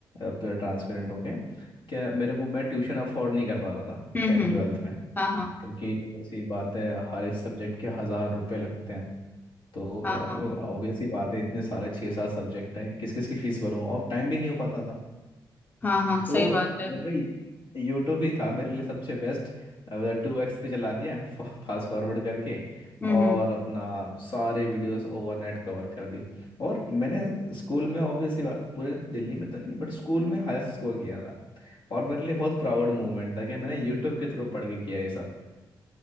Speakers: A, on the left; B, on the left.
A: अब पूरा ट्रांसपेरेंट होके क्या मेरे को मैं ट्यूशन अफोर्ड नहीं कर पा रहा था
B: हम्म
A: टेंथ
B: हम्म
A: ट्वेल्थ में
B: हाँ हाँ
A: क्योंकि ऐसी बात है हर एक सब्जेक्ट के हज़ार रुपए लगते हैं तो
B: हाँ
A: यार ऑब्वियस ही बात है इतने सारे छः सात सब्जेक्ट है किस किस की फीस भरूंगा और टाइम भी नहीं हो पाता था
B: हाँ हाँ हाँ
A: तो
B: सही बात है
A: मेरे लिए यूट्यूब ही था मेरे लिए सबसे बेस्ट टू एक्स पे चला दिया <laughs> फास्ट फॉरवर्ड करके
B: हम्म
A: और
B: हम्म
A: अपना सारे वीडियोस ओवरनाइट कवर कर दी और मैंने स्कूल में ऑब्वियसली पूरे दिल्ली में तो नहीं बट स्कूल में हाईएस्ट स्कोर किया था और मेरे लिए बहुत प्राउड मोमेंट था कि मैंने यूट्यूब के थ्रू पढ़ के किया ये सब